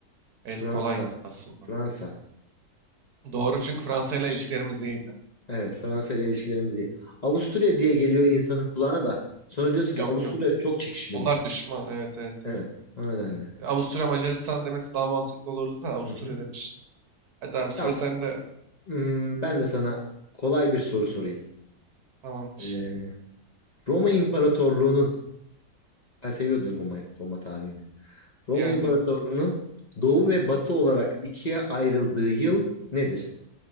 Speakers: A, on the left; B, on the right.
A: Fransa.
B: evet kolay aslında.
A: Fransa.
B: Doğru çünkü Fransa ile ilişkilerimiz iyiydi.
A: Evet Fransa ile ilişkilerimiz iyi. Avusturya diye geliyor insanın kulağına da. Sonra diyorsun ki
B: Yok
A: Avusturya
B: yok.
A: ile çok çekişmeliyiz.
B: Onlar düşman. Evet evet
A: Evet.
B: öyle.
A: O nedenle.
B: Ya, Avusturya Macaristan demesi daha mantıklı olurdu da Avusturya
A: Hı hı.
B: demiş. Hadi abi sıra
A: Tamam.
B: sende.
A: Hmm, ben de sana kolay bir soru sorayım.
B: Tamamdır.
A: Ee, Roma İmparatorluğu'nun ben seviyordum Roma, Roma tarihini. Roma
B: Yani
A: İmparatorluğu'nun
B: evet.
A: doğu ve batı olarak ikiye ayrıldığı yıl nedir?